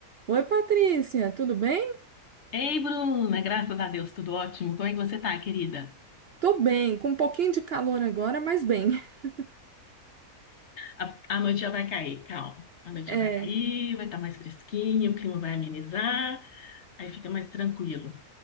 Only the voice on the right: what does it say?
Oi, Patrícia, tudo bem?
Tô bem, com um pouquinho de calor agora, mas bem. <laughs>
É,